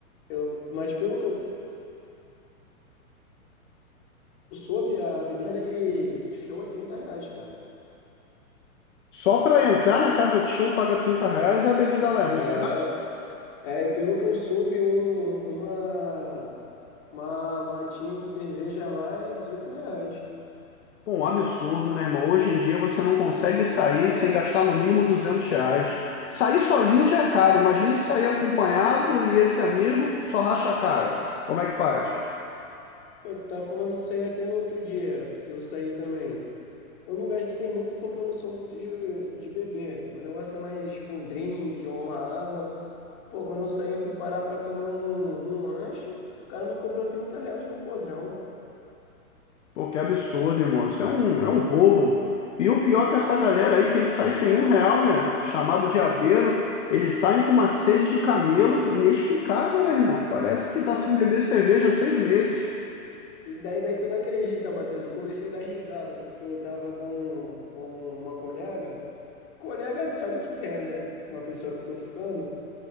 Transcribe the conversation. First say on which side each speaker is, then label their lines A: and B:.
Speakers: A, on the left; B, on the left.
A: Eu... Mas pelo que eu soube, a bebida de show é 30 reais, cara.
B: Só para entrar na casa de show paga 30 reais e a bebida lá é muito.
A: É. É, e pelo que eu soube, um- uma, uma latinha de cerveja lá é 18 reais.
B: Bom, um absurdo, né, irmão? Hoje em dia você não consegue sair sem gastar no mínimo 200 reais. Sair sozinho já é caro. Imagine sair acompanhado e esse amigo só racha a cara. Como é que faz?
A: Pô, tu tá falando isso aí até no outro dia, que eu saí também. Eu não gastei muito porque eu não sou muito de, de beber. Meu negócio é mais tipo um drink ou uma água. Pô, quando eu saí, eu fui parar pra comer um, um lanche. O cara me cobrou 30 reais no podrão.
B: Pô, que absurdo, irmão. Isso é um, é um roubo. E o pior é que essa galera aí que eles saem sem um real, né? Chamado de abeiro, eles saem com uma sede de camelo inexplicável, né, irmão? Parece que tá
A: Não,
B: sem beber cerveja há seis meses.
A: e daí, daí tu não acredita, Matheus. Eu comecei a dar risada porque eu tava com, com uma colega. Colega, sabe o que que é, né? Uma pessoa que eu tô ficando.